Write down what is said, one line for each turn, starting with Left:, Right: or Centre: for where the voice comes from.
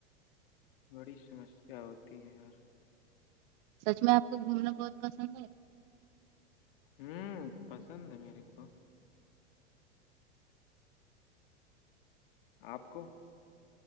Left: بڑی سمسیا ہوتی ہے یار
Right: سچ میں آپ کو گھومنا بہت پسند ہے
Left: ھمم پسند ہے میرے کو آپ کو